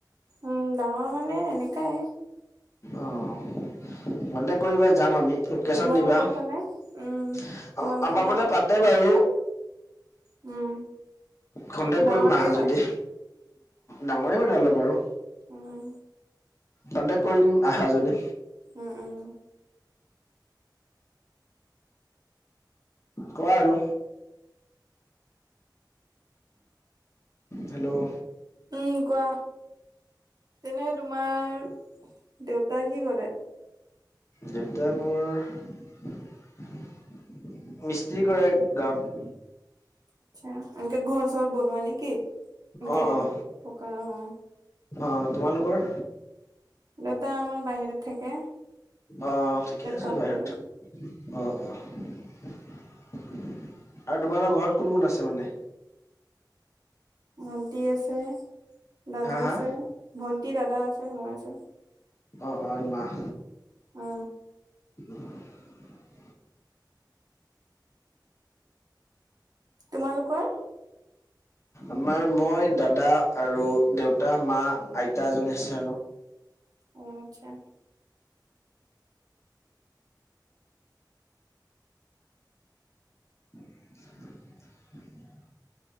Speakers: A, on the right; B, on the left.
A: উম, ডাঙৰ মানে এনকাৱাই।
B: অ', কণ্টেক কৰিব বা, যাম আমি। লোকেশ্যন
A: তোমালোকৰ
B: দিবা, অ,
A: ফালে উম তোমালোকৰ
B: আমাৰ
A: পিনে
B: ফালে পাতে বাৰু।
A: উম।
B: খন্তেক
A: ডাঙৰকে
B: কৰিম আহা যদি,
A: হয়
B: ডাঙৰে পাতে অলপ বাৰু।
A: উম
B: কন্তেক কৰিম আহা যদি।
A: উম উম
B: কোৱা আৰু। হেল্ল'।
A: উম, কোৱা, তেনে তোমাৰ দেউতাই কি কৰে?
B: দেউতাই মোৰ মিস্ত্ৰ্ৰী কৰে গাঁৱত।
A: আটছা, এনকে ঘৰ চৰ বনোৱাা নেকি? এনকে
B: অ', অ',
A: পকা অ।
B: অ, তোমালোকৰ?
A: দেউতা আমাৰ বাহিৰত থাকে।
B: অ', থিকে আছে
A: কাম
B: বাহিৰত
A: কৰে
B: থা অ', অ', আৰু তোমালোকৰ ঘৰত কোন কোন আছে মানে?
A: ভণ্টি আছে, দাদা
B: হা, হা?
A: আছে, ভন্টি দাদা আছে, মই আছো।
B: অ', অ', মাহ।
A: অ।
B: <inaudible>
A: তোমালোকৰ?
B: আমাৰ মই, দাদা আৰু দেউতা, মা আইতা এজনী আছে আৰু।
A: অ, আটচ্ছা।
B: <inaudible>